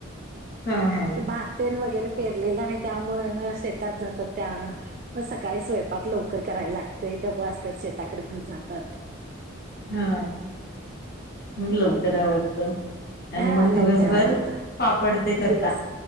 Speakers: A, on the left; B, on the right.
A: हा हा.
B: भात तेन वगैरे पेर रेल आहे त्यामुळे शेतात जातात त्या सकाळी स्वयंपाक लवकर करायला लागतय डबं असतात शेताकडे घेऊन जाता तात.
A: हा मग लवकर आवरत आणि
B: हा
A: मग
B: लवकर
A: दिवसभर
B: आवरंत
A: पापड ते करता
B: दिवस